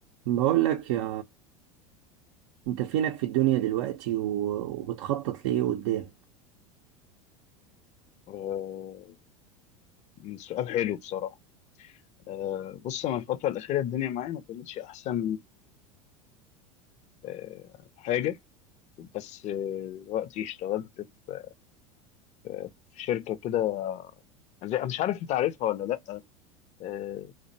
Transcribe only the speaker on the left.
آه، سؤال حلو بصراحة آه، بص أنا الفترة الأخيرة الدنيا معايا ما كانتش أحسن آه، حاجة بس آه، دلوقتي اشتغلت في آه، في شركة كده زي- مش عارف أنت عارفها ولا لأ آه،